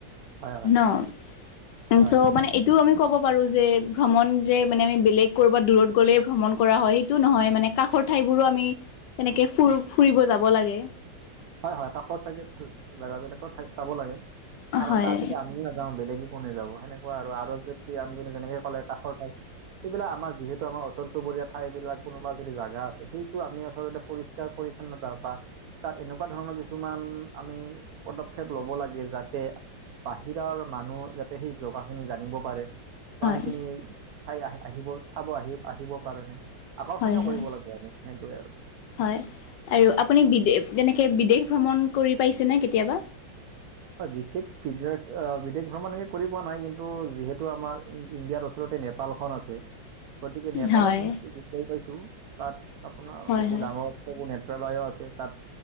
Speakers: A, on the right; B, on the left.
A: হয় হয়
B: ন?
A: হয়
B: চ' মানে এইটো আমি ক'ব পাৰোঁ যে ভ্ৰমণ যে মানে, আমি বেলেগ কৰবাত দূৰত গ'লে ভ্ৰমণ কৰা হয়। সেইটো নহয় মানে, কাষৰ ঠাই বোৰো আমি তেনেকে ফুৰ ফুৰিব যাব লাগে।
A: হয়, হয় কাষৰ চাগে জেগাবিলাকৰ ঠাই চাব লাগে। কাৰণ
B: হয়
A: তাত যদি আমিয়ে নাযাওঁ বেলেগে কোনে যাব সেনেকুৱা আৰু। আৰু যেতিয়া আপুনি যেনেকে ক'লে কাষৰ ঠাইক সেইবিলাক আমাৰ যিহেতু আমাৰ ওচৰ চুবীয়া ঠাইবিলাক কোনোবা যদি জাগা আছে সেইটো আমি আচলতে পৰিষ্ পৰিষ্কাৰ- পৰিচ্ছন্নতা বা তাত এনেক্ কুৱা ধৰণৰ কিছুমান আমি পদক্ষেপ ল'ব লাগে যাতে বাহিৰৰ মানুহ যাতে সেই জগা খিনি জানিব পাৰে
B: হয়
A: বা সেইখিনিৰ চাই আহি আহিব চাব, আহি আহিবৰ কাৰণে। আকৰ্ষণীয়
B: হয়,
A: কৰিব
B: হয়
A: লাগে আৰু সেইটোৱে আৰু
B: হয় আৰু আপুনি বিদে যেনেকে বিদেশ ভ্ৰমণ কৰি পাইছেনে কেতিয়াবা
A: হয়, বিশেষ ফিজুৱা আঁ--বিদেশ ভ্ৰমণ হেনেকে কৰি পোৱা নাই কিন্তু যিহেতু আমাৰ ইণ্ড ইণ্ডিয়াৰ ওচ ওচৰতে নেপালখন আছে। গতিকে, নেপালত
B: হয়
A: গ গৈ পাইছোঁ তাত আপোনাৰ
B: হয়
A: বহুত
B: হয়
A: ডাঙৰ চকু নেত্ৰালয়ো আছে তাত।